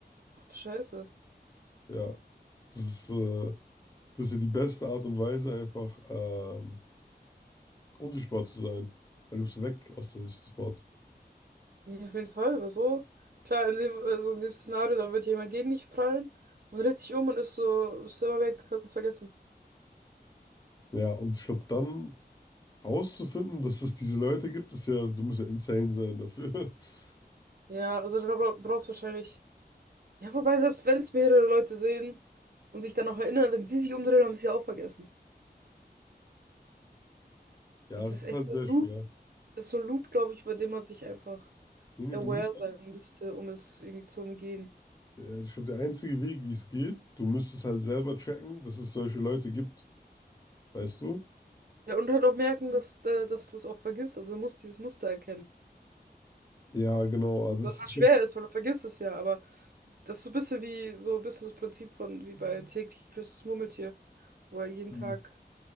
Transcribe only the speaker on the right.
Ach du Scheiße.
Ja, auf jeden Fall, weil so, klar, in dem, also in dem Szenario, dann wird jemand gegen dich prallen und dreht sich um und ist so, ist immer weg, hat's vergessen.
Ja, also da bra brauchst du wahrscheinlich. Ja, wobei, selbst wenn es mehrere Leute sehen und sich dann noch erinnern, wenn sie sich umdrehen, haben sie es ja auch vergessen.
Es
ist
echt
so
ein Loop,
das ist so ein Loop, glaube ich, über den man sich einfach
aware
sein müsste, um es irgendwie zu umgehen.
Ja, und halt auch merken, dass, äh, dass du es auch vergisst. Also du musst dieses Muster erkennen.
Was
halt schwer ist, weil du vergisst es ja, aber das ist so ein bisschen wie so ein bisschen das Prinzip von wie bei täglich grüßt das Murmeltier, wo er jeden
Tag